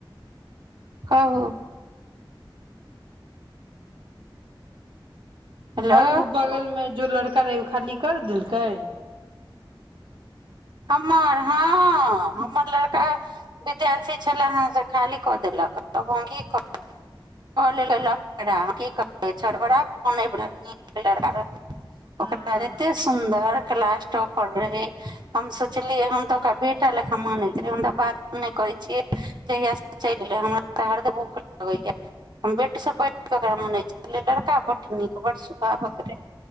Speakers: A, on the right (about 55°); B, on the right (about 75°).
A: कहु हेलो
B: आर ओ बगलमें जो लड़का करे ओ खाली कर देलकै
A: हमर हँ हमर लड़का विद्यार्थी छले हेँ से खाली कऽ देलक तब हम की कर कहल ल की छोरा कें फोन आबि
B: हँ
A: ओकररा एते सुन्दर क्लास टापर रहे हम सोचलियै हम तऽ ओकरा बेटा लेखा मानैत रह हम त बात नहि करै छियै जहिया चलि एले हमरा भूख लगैय हम बेटसँ बैरा मन लड़का ब नीक ब सुखाव रह